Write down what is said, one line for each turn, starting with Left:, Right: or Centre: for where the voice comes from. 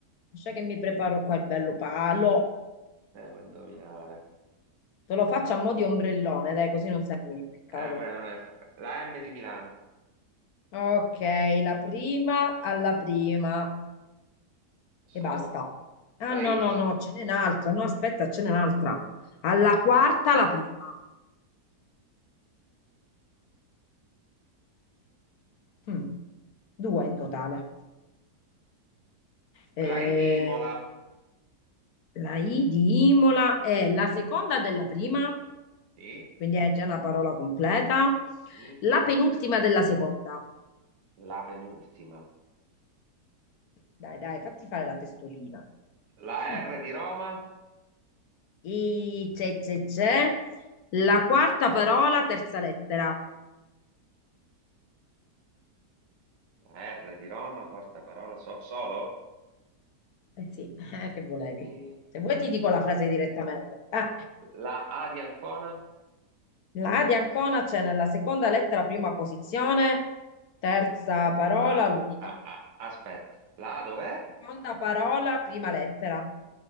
Left: Lascia che mi preparo qua il bello palo.
Right: Devo indovinare.
Left: Te lo faccio a mo' di ombrellone, dai, così non serve un impiccato.
Right: Eh, beh, non è... La M di Milano,
Left: Ok, la prima alla prima.
Right: solo.
Left: E basta.
Right: La
Left: Ah, no,
Right: I
Left: no,
Right: di,
Left: no, ce n'è un'altra. No, aspetta, ce n'è un'altra. Alla quarta la prima. Mm, due in totale. Eh,
Right: la I di Imola,
Left: la I di Imola è la seconda della prima,
Right: sì?
Left: quindi è già una parola completa.
Right: Mi?
Left: La penultima della seconda.
Right: La penultima.
Left: Dai, dai, fatti fare la testolina.
Right: La
Left: Mm.
Right: R di Roma?
Left: I c'è, c'è, c'è. La quarta parola, terza lettera.
Right: La R di Roma, quarta parola, so- solo?
Left: Eh sì, eh, che volevi?
Right: Mi-
Left: Se vuoi ti dico la frase direttamente. Eh,
Right: La A di Ancona?
Left: la A di Ancona c'è nella seconda lettera, prima posizione, terza parola,
Right: A,
Left: l'unica.
Right: a- a- aspetta, la A dov'è?
Left: Seconda parola, prima lettera.